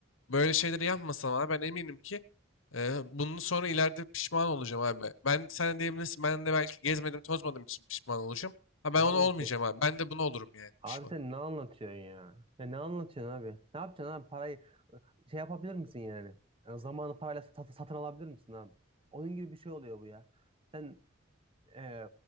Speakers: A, on the left; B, on the right.
A: Böyle şeyleri yapmasam abi ben eminim ki e, bunun sonra ileride pişman olacağım abi. Ben sen de diyebilirsin ben de belki gezmedim tozmadım için pişman olacağım. Ha ben
B: Ne anlatıyor?
A: onu olmayacağım abi. Ben de bunu olurum yani
B: Abi
A: pişman.
B: sen ne anlatıyorsun ya? Ya ne anlatıyorsun abi? Ne yapacaksın abi? Parayı şey yapabilir misin yani? Yani zamanı parayla sat- satın alabilir misin abi? Onun gibi bir şey oluyor bu ya. Sen e,